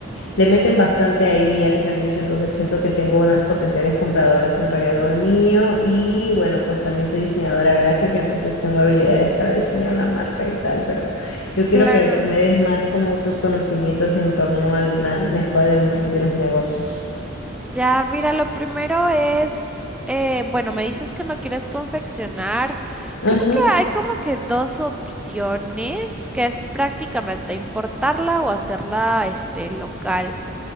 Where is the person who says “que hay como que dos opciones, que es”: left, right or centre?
Centre